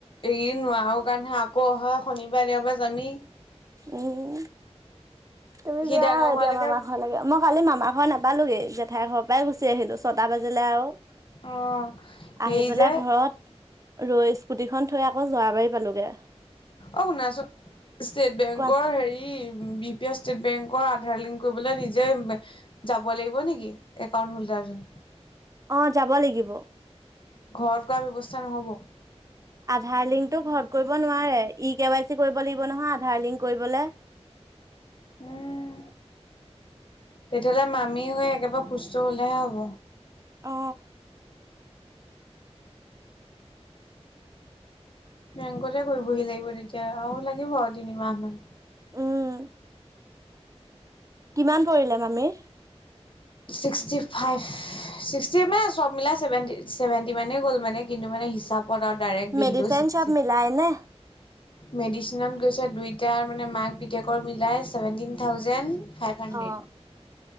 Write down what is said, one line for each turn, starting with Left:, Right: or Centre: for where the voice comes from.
Left: <unintelligible> নোৱাৰো কাৰণে আকৌ অহা শনিবাৰ দেওবাৰে যামেই।
Right: উম। তুমি
Left: সি
Right: যোৱা
Left: ডাঙৰ
Right: আৰু এতিয়া
Left: হোৱালৈকে
Right: মামা ঘৰলৈকে মই কালি মামাৰ ঘৰ নাপালোগে যে জেঠাইৰ ঘৰৰ পৰাই গুচি আহিলোঁ ছটা বাজিলে আৰু।
Left: অ'
Right: আহি
Left: হেৰি
Right: পেলাই
Left: যে।
Right: ঘৰত ৰৈ স্কুটিখন থৈ আকৌ যোৱাবাৰী পালোগে।
Left: অ' শুনাচোন ষ্টেট বেংকৰ
Right: কোৱা
Left: হেৰি বি ষ্টেট বেংকৰ আধাৰ লিংক কৰিবলৈ নিজে বে যাব লাগিব নেকি একাউণ্ট হল্ডাৰজনে।
Right: অ' যাব লাগিব।
Left: ঘৰত কৰা ব্যৱস্থা নহ'ব।
Right: আধাৰ লিংকটো ঘৰত কৰিব নোৱাৰে ই কেৱাই চি কৰিব লাগিব নহয় আধাৰ লিংক কৰিবলে। <inaudible>
Left: উম। তেতিয়াহ'লে মামী হৈ একেবাৰে সুস্থ হলেহে হব।
Right: অ।
Left: বেংকতে কৰিবহি লাগিব তেতিয়া আৰু লাগিব আৰু তিনিমাহ মান।
Right: উম। কিমান পৰিলে মামিৰ।
Left: শীষ্টিফাইভ, শীষ্টি মানে সব মিলাই সেৱেণ্টি, সেবেণ্টি মানে গল মানে কি মানে হিচাপত আৰু ডাইৰেক্ট বিলটো
Right: মেডিচিন
Left: শীষ্টি।
Right: চব মিলাই নে
Left: মেডিচিনত গৈছে দুইটাৰ মানে মাক পুতেকৰ মিলাই seventeen thousand. Five hundred.
Right: uh